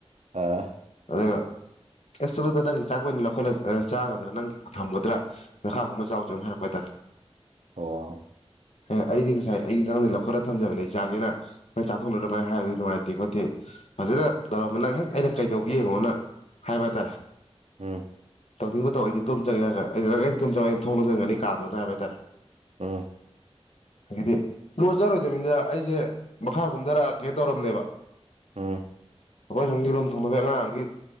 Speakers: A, on the right (about 75°); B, on the left (about 80°).
A: ꯑꯥ
B: ꯑꯗꯨꯒ ꯑꯦꯁ ꯆꯂꯣꯗ ꯅꯪꯒꯤ ꯆꯥꯛꯄꯨ ꯑꯩꯅ ꯂꯧꯈꯠꯂ ꯆꯥꯒꯗ꯭ꯔꯥ ꯅꯪꯒꯤꯕꯨ ꯊꯝꯒꯗ꯭ꯔꯥ ꯃꯈꯥ ꯀꯨꯝꯃ ꯆꯥꯎꯆꯣ ꯑꯃꯨꯛ ꯍꯥꯏꯔꯛꯄ ꯍꯥꯏꯇꯥꯔꯦ
A: ꯑꯣ
B: ꯑꯦ ꯑꯩꯗꯤ ꯉꯁꯥꯏ ꯑꯩꯒꯤ ꯏꯉꯥꯡꯗ ꯂꯧꯈꯠꯂ ꯊꯝꯖꯕꯅꯦ ꯆꯥꯒꯦꯅ ꯅꯪ ꯆꯥꯊꯣꯛꯂꯨꯔꯃꯥꯏꯅ ꯍꯥꯏꯕꯗꯨꯗꯤ ꯅꯨꯡꯉꯥꯏꯇꯦ ꯈꯣꯠꯇꯦ ꯐꯖꯅ ꯇꯧꯔꯝꯕ ꯅꯪ ꯍꯦꯛ ꯑꯩꯅ ꯀꯩꯗꯧꯒꯦ ꯌꯦꯡꯉꯣꯅ ꯍꯥꯏꯕ ꯍꯥꯏꯇꯥꯔꯦ
A: ꯎꯝ
B: ꯇꯧꯅꯤꯡꯕ ꯇꯧ ꯑꯩꯗꯤ ꯇꯨꯝ ꯆꯪꯉ ꯍꯥꯏꯔꯒ ꯑꯩꯅ ꯂꯪꯩꯅ ꯇꯨꯝ ꯆꯪꯉ ꯑꯩꯅꯣꯡꯅ ꯆꯪꯒꯅꯤ ꯀꯥꯗꯅ ꯍꯥꯏꯇꯥꯔꯦ
A: ꯎꯥ
B: ꯍꯥꯏꯗꯤ ꯂꯣꯟꯖꯔꯣꯏꯗꯃꯤꯅꯤꯗ ꯑꯩꯁꯦ ꯃꯈꯥ ꯀꯨꯝꯊꯔꯛꯑꯀꯦ ꯇꯧꯔꯝꯅꯦꯕ
A: ꯑꯣ
B: ꯑꯩꯈꯣꯏ ꯁꯣꯝꯒꯤꯔꯣꯝ ꯊꯣꯡꯅꯕꯒꯤ ꯑꯉꯥꯡꯒꯤ